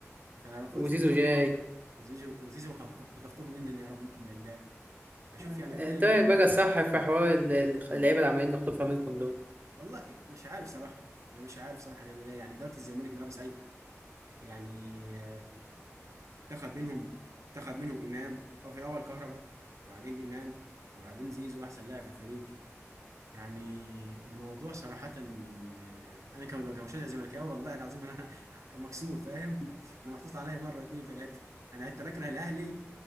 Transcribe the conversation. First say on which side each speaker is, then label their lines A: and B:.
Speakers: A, on the right; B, on the right.
A: فالمفروض
B: وزيزو
A: فريق جبار
B: جاي
A: ده وزيزو وزيزو خطفوه خطفتهم انني يا رب منكم لله بشوف
B: آه،
A: يعني كل
B: انت
A: ده
B: رايك
A: وفي الاخر
B: بقى صح في حوار ال- ال- اللعيبه اللي عمالين نخطفها منكم دول
A: والله مش عارف صراحه انا مش عارف صراحه هنعمل ايه يعني اداره الزمالك اداره سيئه يعني آه، اتخذ منهم اتخذ منهم امام او في الاول كهربا وبعدين امام وبعدين زيزو احسن لاعب في الفريق يعني الموضوع صراحة آه، أنا كم- كمشجع زملكاوي والله العظيم أنا <laughs> مكسور فاهم <laughs> أنا محطوط عليا مرة اتنين وتلاتة أنا حتى أكره الأهلي